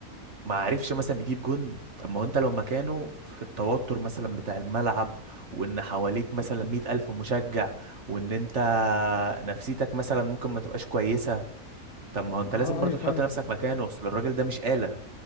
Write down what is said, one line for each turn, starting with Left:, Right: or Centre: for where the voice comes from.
Right: ما عرفش مثلا يجيب جون طب ما هو انت لو مكانه في التوتر مثلا بتاع الملعب وان حواليك مثلا مئة ألف مشجع وان انت نفسيتك مثلا ممكن ما تبقاش كويسة طب ما هو انت
Left: اه
Right: لازم برضو
Left: ايوه
Right: تحط
Left: فعلا
Right: نفسك مكانه اصل الراجل ده مش آلة